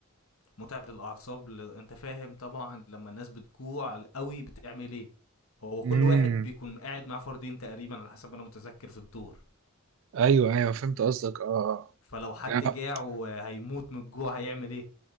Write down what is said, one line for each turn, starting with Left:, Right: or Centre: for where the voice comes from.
Left: متعب للاعصاب ل... انت فاهم طبعا لما الناس بتجوع قوي بتعمل ايه هو كل
Right: امم
Left: واحد بيكون قاعد مع فردين تقريبا على حسب ما انا متذكر في الدور
Right: ايوه ايوه فهمت قصدك اه
Left: فلو حد
Right: آه.
Left: جاع
Right: آه.
Left: وهيموت من الجوع هيعمل ايه